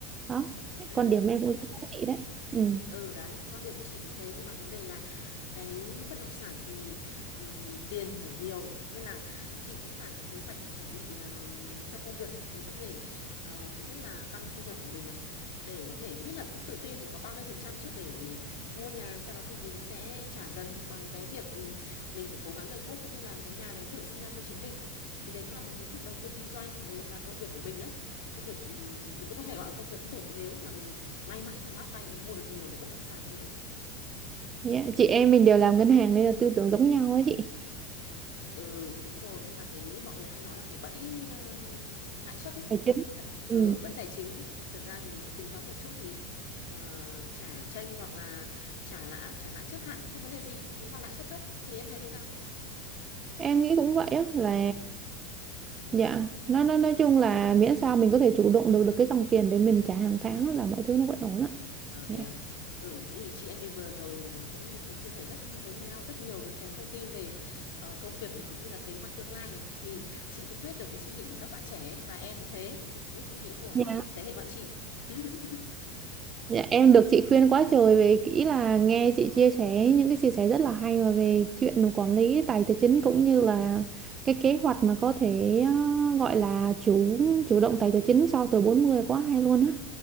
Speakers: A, on the right (about 30°); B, on the left (about 75°).
A: đó
B: ừ
A: quan điểm em cũng giống chị đấy ừ.
B: ừ đấy quan điểm của chị cũng thế nhưng mà vấn đề là cái bất động sản thì ừm, tiền thì phải nhiều nên là chị cũng phải có kế hoạch để chuẩn bị ờm, cho công việc để có thể ờ, thứ nhất là tăng thu nhập của mình này để có thể nhất là cũng tự tin phải có 30% trước để mua nhà sau đó thì mình sẽ trả dần bằng cái việc ừm, mình phải cố gắng gây guốc cũng như là cái nhà đấy tự sinh ra cho chính mình thì đấy cũng là một hình thức đầu tư kinh doanh ừ, là công việc của mình đấy công việc ừm, cũng có thể gọi là công việc phụ nếu mà mình may mắn và mát tay mình mua được nhiều cái bất động sản như thế
A: Yeah. Chị em mình đều làm ngân hàng nên là tư tưởng giống nhau ấy chị
B: ừ đúng rồi nhưng mà cái mọi người hay nói là cái bẫy ừm, lãi suất ý
A: tài chính
B: nhưng thật, ừ,
A: ừ.
B: bẫy tài chính ý nhưng thật ra thì mình cứ tính toán một chút thì ờ, trả chênh hoặc là trả lại trả lãi trước hạn cũng không vấn đề gì nếu mà lãi suất thấp thì em thấy thế nào
A: em nghĩ cũng vậy á là
B: ừ
A: dạ nói nói nói chung là miễn sao mình có thể chủ động được được cái dòng tiền để mình trả hàng tháng là mọi thứ nó vẫn ổn á
B: Ok.
A: dạ
B: Ừ, thế thì chị em mình vừa rồi ờ, cũng chia sẻ rất với nhau rất nhiều những cái thông tin về ờ, công việc này cũng như là kế hoạch tương lai này thì chị cũng biết được cái suy nghĩ của các bạn trẻ ấy, và em cũng thế cũng biết suy nghĩ của
A: Dạ.
B: thế hệ bạn chị <laughs>
A: dạ em được chị khuyên quá trời về kỹ là nghe chị chia sẻ những cái chia sẻ rất là hay mà về chuyện quản lý tài tài chính cũng như là cái kế hoạch mà có thể ờ, gọi là chủ chủ động tài tài chính sau tuổi bốn mươi quá hay luôn á